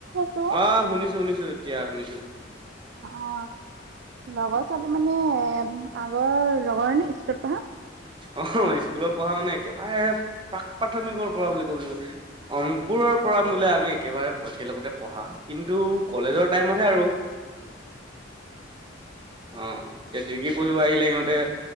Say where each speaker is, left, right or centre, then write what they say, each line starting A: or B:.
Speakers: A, on the right; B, on the right.
A: <unintelligible>
B: অহ, শুনিছোঁ শুনিছোঁ এতিয়া শুনিছোঁ।
A: অহ, লগৰ ছোৱালী মানে আগৰ লগৰনে স্কুলত পঢ়া।
B: অহ, স্কুলত পঢ়া মানে একেবাৰে প্ৰাক প্ৰাথমিকৰ পঢ়া বুলি ক'ব লাগিব। অংকুৰৰ পৰা বোলে আমি একেবাৰে একেলগতে পঢ়া। কিন্তু কলেজৰ টাইমতহে আৰু। অহ, এ ডিগ্ৰী পঢ়িব আহিলে সিহঁতে